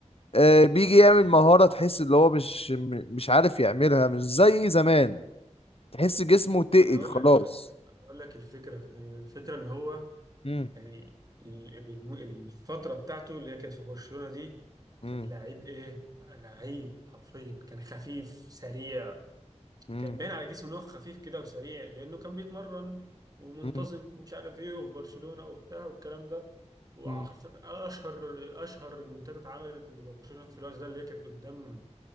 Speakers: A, on the left; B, on the right.
A: آه، بيجي يعمل مهارة تحس اللي هو مش م- مش عارف يعملها مش زي زمان تحس جسمه تقل
B: انا هقول
A: خلاص
B: لك بقى الف... هقول لك الفكرة آه، الفكرة ان هو
A: امم
B: يعني ال- الم- الفترة بتاعته اللي هي كانت في برشلونة دي
A: مم.
B: كان لعيب ايه؟ لعيب حرفيا كان خفيف سريع
A: مم.
B: كان باين على جسمه ان هو خفيف كده وسريع لانه كان بيتمرن ومنتظم
A: مم.
B: ومش عارف ايه وفي برشلونة وبتاع والكلام ده وحرفيا
A: مم.
B: اشهر اشهر المنتدى اتعملت لبرشلونة في الوقت ده اللي هي كانت قدام